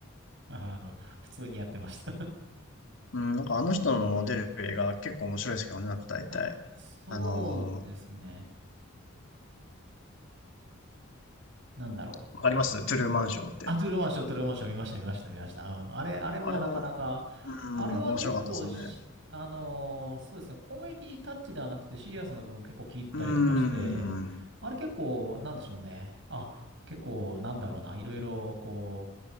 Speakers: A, on the right (about 55°); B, on the left (about 60°).
A: あの、普通にやってました。
B: うん、なんかあの人の出る映画結構面白いですけどね、なんか大体。
A: <laughs> あ、そうですね。
B: あのー
A: なんだろう。
B: わかりますトゥルーマンショーって。
A: あ、トゥルーマンショー、トゥルーマンショー見ました、見ました、見ました。うん。あれ、あれもなかなか、
B: あれも、うん、
A: あれは結構し、
B: 面白かったですよね。
A: あのーそうですね、コメディタッチではなくてシリアスな部分結構聞いたりとかして、
B: うん。
A: あれ結構、なんでしょうね。あ、結構、なんだろうな、いろいろ、こ